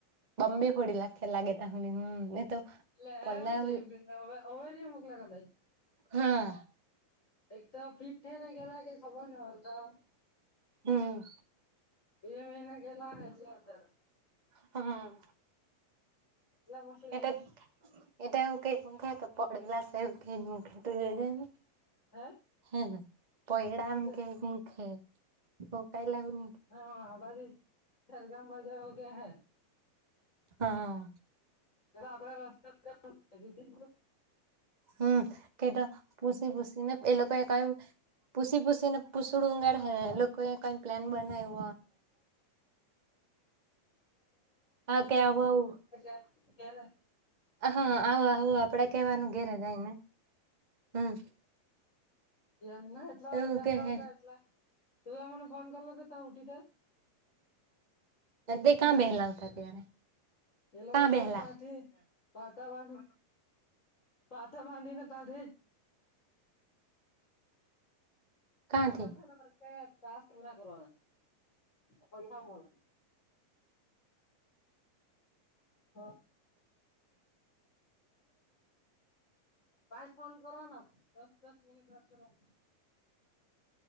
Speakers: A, on the right (about 15°); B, on the left (about 20°).
A: બમ્બી ફોડી લાખે લાગે તડી હમ એ તો.
B: <unintelligible>
A: પલાવી હા.
B: એક તો ફિટ થયને ગેલા <unintelligible>
A: હમ.
B: બે મહિને ગેલા અત્યારે
A: હમ.
B: એટલા પાસે હે
A: એટો એટો એવુ કેય મુખ હે તો પડેલા <unintelligible> જોની.
B: <inaudible>
A: હા, હ પયડા
B: હું
A: એમ
B: કે
A: ખેય મૂક હે ડોકાયલા આવું
B: હા. આ બાજુ ખેરગામ બાજા કે હે.
A: હા.
B: <unintelligible>
A: હમ કેટો પુસી પુસીને એ લોકોએ એક પૂસી પૂસીને પૂસડું ઉગાડ હે. લોકોએ કઈ પ્લાન બનાવ્યું. હા કે આવું
B: <unintelligible> કયારે?
A: હા, આવો આવો આપડે કેવાનું ઘેરે જાય ને હમ.
B: કયારનો એટલો
A: એવું
B: બેલા
A: કે હે
B: ઉઠા એલા તું આમને ફોન કરલ ત તમે ઉઠીતા.
A: તે
B: હે
A: કાં બેહેલા આવતા ત્યારે
B: એ લોકો
A: કાં
B: તો
A: બેહેલા
B: તારી પાટા બાંધીને <inaudible> પાટા બાંધીને ત જ
A: કાંથી
B: આમાં છે તાસ પૂરા કરવાના પૈસા મલે. <unintelligible> પાંચ ફોન કરવાના દસ દસ મિનિટ બાદ કરવાનું.